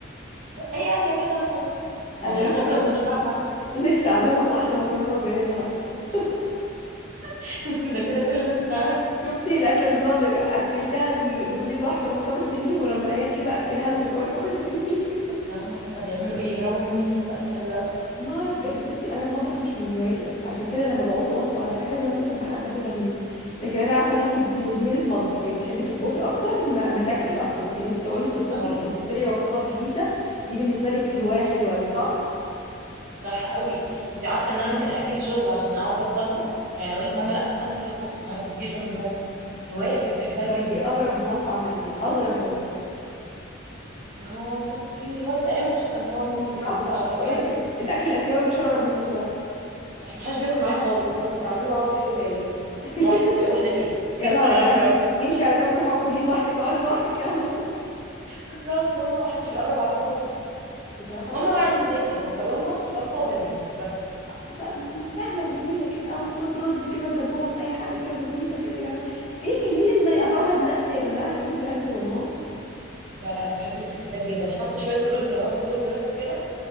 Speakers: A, on the right; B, on the left.
A: اي اكله كده مثلا يعني
B: انا
A: حتى
B: لسه
A: ممكن
B: عامله
A: ما
B: لهم
A: كنتش بعرف اعملها
B: <laughs> لسه عامله لهم احلى مكرونه وبانيه النهارده <laughs>
A: <laughs> ده كده كل الناس بتعملها
B: شفتي الاكله اللي بنقعد نج- اكلتها ل- لجوزي لوحده خمس سنين ولما العيال جه بقى اكلها لهم كمان خمس سنين <laughs>
A: ده هم كده طب يعملوا ايه يهربوا منك فين بقى كده دلوقتي
B: ما أعرف بجد بصي انا المطبخ مش من هواياتي قوي عشان كده لما بعوز وصفه ولا حاجه لازم اتصل بحد اخدها منه لكن انا عارفه ان انتي مدمنه مطبخ يعني تحبي تطبخي اكتر ما, ما تاكلي اصلا ان انتي تقعدي تطبخي
A: اه
B: او تخترعي وصفات جديده دي بالنسبه لك هوايه حلوه قوي صح
A: صح قوي انت عارفه ان انا ممكن اجل شغل عشان اقعد بس اطبخ يعني اقول لماما لا انا اللي هطبخ النهارده ما تجيش جنب المطبخ هوايه كده بحبها
B: طب
A: جدا
B: ايه اغرب وصفة عملتيها اغرب وصفة
A: هو بصي هو دي تقريبا سويت انصار هما مش بيحبوه
B: صح
A: ده اغرب
B: تقول
A: حاجه
B: لك الاكل الاسيوي مفيش اغرب منه بصراحة
A: راح ما حدش بياكله معايا خالص انا بس بعمله واقعد كده زي ال-
B: <laughs>
A: لوحدي مش هقول زي ايه
B: يلا
A: <laughs>
B: على
A: انا لوحدي
B: جنب
A: لوحدي
B: امشي على جنب روحي وكلي لوحدك اقعدي لوحدك يلا
A: بالظبط هما ما حدش بيقرب عليه خالص
B: <laughs> بصراحة وصفات
A: هما بقى عايزين زي كده مكرونه بصلصه وبانيه بس
B: بقى م- سهلة وجميلة كده او شوية رز كده وجنبهم اي حاجة كده بسيطة كده يا جماعة ليه ليه لازم افرهد نفسي يا جماعة ليه بجد والله
A: لا لا انا بحب الافتكاسات جدا حتى شويه الرز لو هاكل رز بس كده